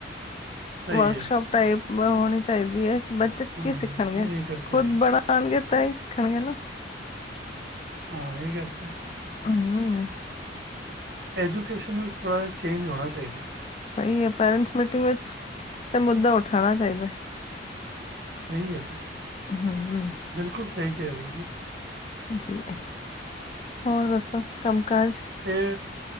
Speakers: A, on the right; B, on the left.
A: ਸਹੀ
B: ਵਰਕਸ਼ਾਪ
A: ਹੈ।
B: ਟਾਈਪ ਹੋਣੀ ਚਾਈਦੀ ਐ ਕਿ ਬੱਚੇ
A: ਹਾਂ,
B: ਕੀ ਸਿੱਖਣਗੇ
A: ਇਹ ਗੱਲ ਤਾਂ
B: ਖੁਦ
A: ਹੈ।
B: ਬੜਾ ਸਿਖਾਣਗੇ ਤਾਂ ਈ ਸਿੱਖਣਗੇ ਨਾ।
A: ਹਾਂ ਏ ਗੱਲ ਤੇ ਹੈ।
B: ਹੂੰ।
A: ਐਜੂਕੇਸ਼ਨ ਵੀ ਥੋੜ੍ਹਾ ਜਿਹਾ ਚੇਂਜ ਹੋਣਾ ਚਾਈਦਾ।
B: ਸਈ ਐ ਪੇਰੈਂਟਸ ਮੀਟਿੰਗ ਵਿੱਚ ਇਹ ਮੁੱਦਾ ਉਠਾਉਣਾ ਚਾਈਦਾ।
A: ਸਫ਼ਈ ਗੱਲ ਏ।
B: ਹੂੰ-ਹੂੰ।
A: ਬਿਲਕੁਲ ਸਈ ਕਹਿ ਰਹੇ ਜੀ।
B: ਜੀ ਹੋਰ ਦੱਸੋ ਕੰਮ ਕਾਜ।
A: ਏ